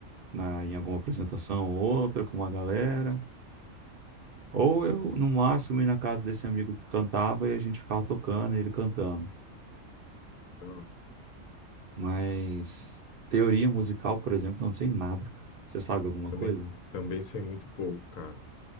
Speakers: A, on the right; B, on the left.
A: na, em alguma apresentação ou outra com uma galera. Ou eu, no máximo, ia na casa desse amigo que cantava e a gente ficava tocando e ele cantando.
B: tá. lá.
A: Mas teoria musical, por exemplo, eu não sei nada, cara. Você sabe alguma
B: Também,
A: coisa?
B: também sei muito pouco, cara.